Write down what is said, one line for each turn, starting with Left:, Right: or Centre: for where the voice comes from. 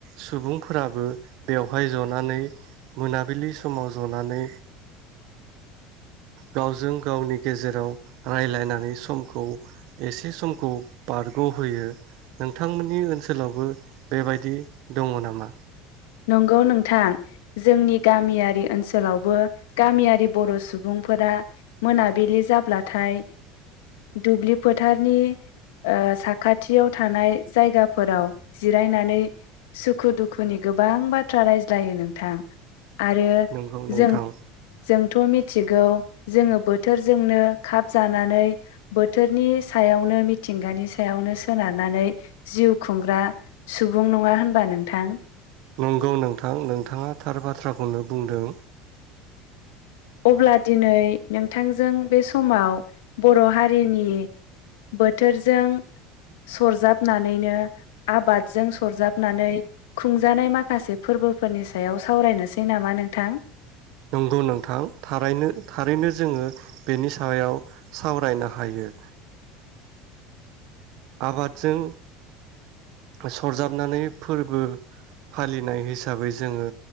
Right: सुबुंफोराबो बेवहाय जनानै मोनाबिलि समाव जनानै गावजों गावनि गेजेराव रायलायनानै समखौ एसे समखौ बारग'होयो नोंथांमोननि ओनसोलावबो बेबायदि दङ नामा
Left: नंगौ नोंथां जोंनि गामियारि ओनसोलावबो गामियारि बर' सुबुंफोरा मोनाबिलि जाब्लाथाय दुब्लि फोथारनि साखाथियाव थानाय जायगाफोराव जिरायनानै सुखु दुखुनि गोबां बाथ्रा रायज्लायो नोंथां आरो
Right: नंगौ नोंथां
Left: जों जों थ' मिथिगौ जोङो बोथोरजोंनो खाब जानानै बोथोरनि सायावनो मिथिंगानि सायावनो सोनारनानै जिउ खुंग्रा सुबुं नङा होनबा नोंथां
Right: नंगौ नोंथां नोंथाङा थार बाथ्राखौनो बुंदों
Left: अब्ला दिनै नोंथांजों बे समाव बर' हारिनि बोथोरजों सरजाबनानैनो आबादजों सरजाबनानो खुंजानाय माखासे फोरबोफोरनि सायाव सावरायनोसै नामा नोंथां
Right: नंगौ नांथां थारायनो थारैनो जोङो बेनि सायाव सावरायनो हा हायो आबादजों सरजाबनानै फोरबो फालिनाय हिसा हिसाबै जोङो